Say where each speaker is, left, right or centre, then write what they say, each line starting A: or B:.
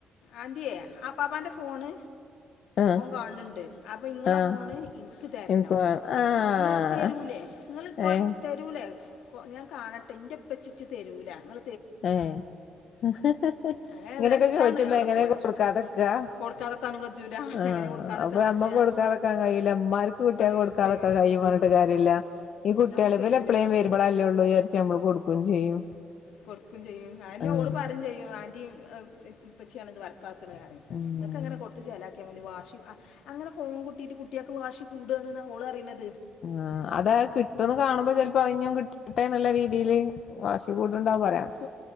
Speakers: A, on the left (about 85°); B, on the left (about 50°).
A: ആതിയേ ആപാപ്പാന്റെ ഫോണ്
B: ആഹ്
A: ഓൻ കാണുന്നുണ്ട് അപ്പം ഇങ്ങള
B: ആഹ്
A: ൾ ഇന്ക്ക് തരണം
B: എനിക്ക് വേണം ആഹ്
A: ഇങ്ങൾ തരൂലെ ഇങ്ങൾ കൊയ്
B: ഏഹ്
A: തരൂലെ ഞാകാണട്ടെ ഇൻ്റെ പ്പച്ചിച്ച് തരൂല ങ്ങൾ
B: ഏ ഹ് ഹ് ഹ്
A: അങ്ങനെ
B: ഇങ്ങനെയൊക്കെ
A: രസമാണ്
B: ചോദിചുമ്പോ
A: അവിടെ
B: എങ്ങനെ
A: പോയാൽ
B: കൊടുക്കാതെക്കാ
A: കൊടുക്കാതൊക്കെ കജ്ജൂല
B: ആ
A: എങ്ങനെ കൊടുക്കാതൊക്കെ
B: അപ്പൊ
A: കജ്ജുക
B: നമ്മക്ക് കൊടുക്കാതക്കാൻ കയ്യി ല്ല മ്മാർക്ക് കുട്ടിയാക്ക്കൊടുക്കാതൊക്കാന്
A: കയ്യൂ കഴിയൂല
B: കയ്യും പറഞ്ഞട്ട് കാര്യല്ല ഈ കുട്ട്യാള്
A: നമുക്ക്
B: ഇവല്
A: കഴിയൂല
B: എപ്പളേലും വരുമ്പോളല്ലേള്ളൂ വിചാരിച് നമ്മള് കൊടുക്കും ചെയ്യും
A: കൊടുക്കും ചെയ്യും അഎന്നെ
B: ആഹ്
A: ഓള് പറയും ചെയ്യും ആൻ്റി പച്ചിയാണത് വ ക്ക്‌ണേ റെയും
B: ഉം
A: നിങ്ങൾക്ക അങ്ങനെ കൊടുത്ത് ചെലക്കിയാമതി വാഷി അങ്ങനെഫോൺ കുട്ടിട്ട് കു കുട്ടിയാക്ക് വാശികൂടാണ് ന്ന ഓൾ പറയ്ണദ്
B: ആ അത് കിട്ടുന്ന്കാണുമ്പോ ചിലപ്പോ ത്ഞ്ഞുംകിട്ടട്ടെന്നുള്ള രീതിയില് വാഷി കൂട്ണ്ടാവും പറയാ